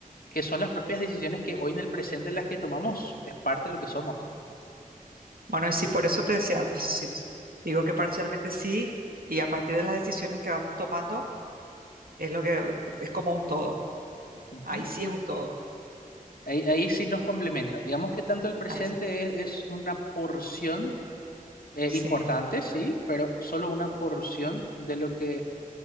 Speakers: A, on the left; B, on the right.
A: que son las propias decisiones que hoy en el presente las que tomamos, es parte de lo que somos, ¿no?
B: Bueno, y sí, por eso te decía, sí, digo que parcialmente sí, y a partir de las decisiones que vamos tomando, es lo que es como un todo.
A: Ujú.
B: Ahí sí es un todo.
A: Ahí, ahí sí nos complementa. Digamos que tanto el presente
B: Ahí s-
A: es, es una porción eh,
B: sí.
A: importante, sí, pero solo una porción de lo que